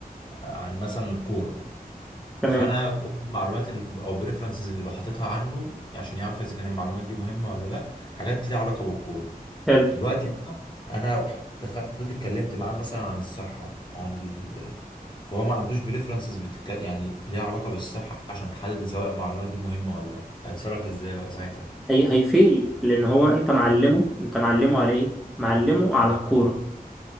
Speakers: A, on the left (about 30°); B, in the centre.
A: عن مثلا الكورة
B: تمام
A: فانا كنت معلومات ال- او بريفرنسز اللي بحطتها عنه عشان يعرف اذا كان المعلومات دي مهمه ولا لا حاجات ليها علاقه بالكوره
B: حلو
A: دلوقتي بقى انا دخلت اتكلمت معاه مثلا عن الصحه وعن ال... فهو ما عندوش بريفرنسز بتك... يعني ليها علاقه بالصحه عشان تحدد سواء المعلومات دي مهمه ولا لا هيتصرف ازاي بقى ساعتها
B: هي هيفيل لان هو انت معلمه انت معلمه على ايه معلمه على الكوره